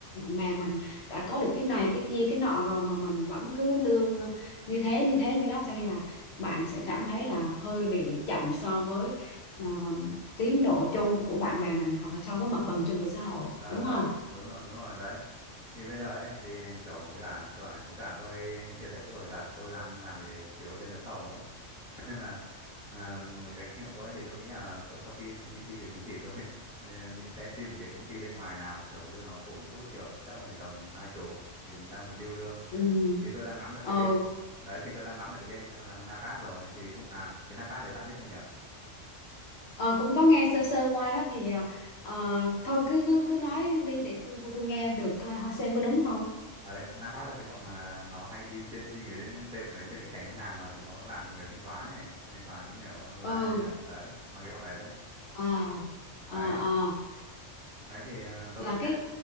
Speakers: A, on the left (about 60°); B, in the centre.
A: mà mình đã có được cái này cái kia cái nọ rồi mà mình vẫn cứ lương như thế như thế như thế đó cho nên là bạn sẽ cảm thấy là hơi bị chậm so với ờ, tiến độ chung của bạn bè mình hoặc là so với mặt bằng chung của xã hội
B: à,
A: đúng
B: đấy
A: không?
B: đúng rồi đúng rồi đấy thì bây giờ ấy thì kiểu với cả tôi bảo này với cả tôi chia sẻ chút với cả tôi đang làm về kiểu bên đấu thầu ấy <laughs> Cho nên là à, với cái kinh nghiệm của tôi ấy, thì tôi nghĩ là tôi, sau khi đi thi cái chứng chỉ tôi <laughs> ờ, định sẽ xin một cái công ty bên ngoài nào kiểu lương nó ổn chút kiểu chắc cũng phải tầm hai chục thì đang muốn điêu lương
A: Ừ.
B: thì tôi đang ngắm được
A: Ừ.
B: cái bên đấy thì tôi đang ngắm được cái bên là Napas rồi thì không à cái Napas đấy bạn biết không nhở
A: Ờ, cũng có nghe sơ sơ qua đó thì ờ, ờ, thôi cứ cứ cứ nói đi để tôi tôi nghe được ờ, xem có đúng không?
B: Ờ đấy, Napat là cái bọn mà nó hay in trên in cái tên bọn đấy trên cái thẻ ngân hàng mà chúng nó làm về thanh toán ấy, thanh toán nhiều online
A: Ừ.
B: hay là đấy, là cái bọn đấy đấy.
A: À, à,
B: Đấy,
A: à
B: đấy thì ờ, tôi
A: là
B: xem
A: cái